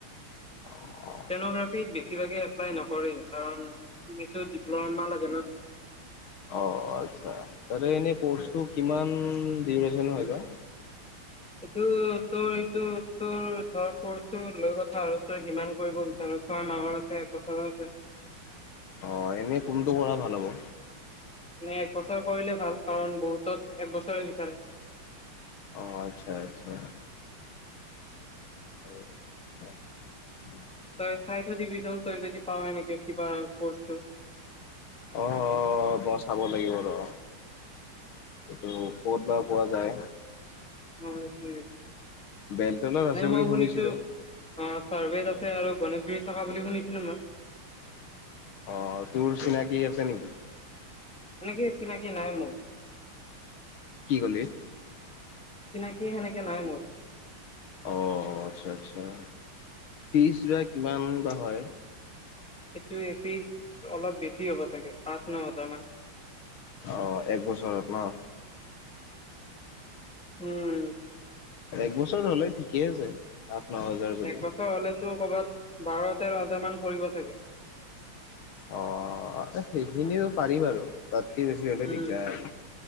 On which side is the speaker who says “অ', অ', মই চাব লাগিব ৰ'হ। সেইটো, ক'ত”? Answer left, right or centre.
Left